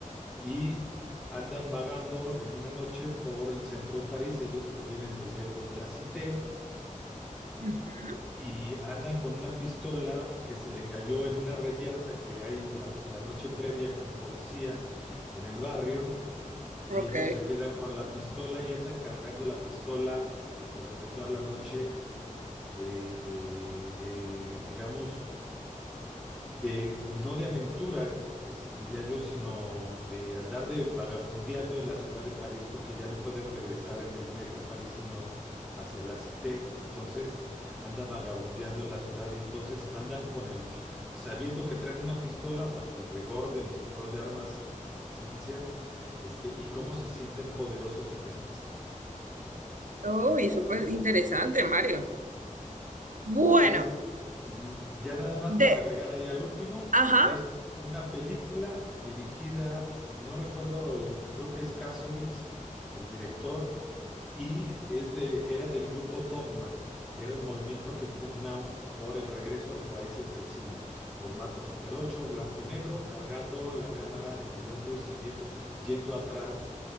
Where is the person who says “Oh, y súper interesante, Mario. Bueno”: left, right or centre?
Right